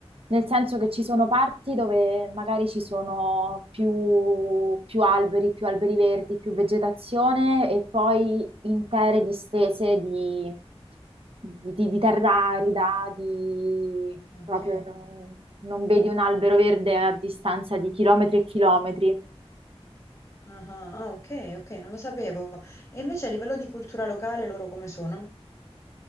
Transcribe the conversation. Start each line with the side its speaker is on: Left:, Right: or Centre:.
Right: nel senso che ci sono parti dove magari ci sono più, più alberi, più alberi verdi, più vegetazione e poi intere distese di, di, di- di terra arida, di...
Left: Ok.
Right: proprio non, non vedi un albero verde a distanza di chilometri e chilometri.
Left: Ah, ah, ah, ok, ok, non lo sapevo. E invece a livello di cultura locale loro come sono?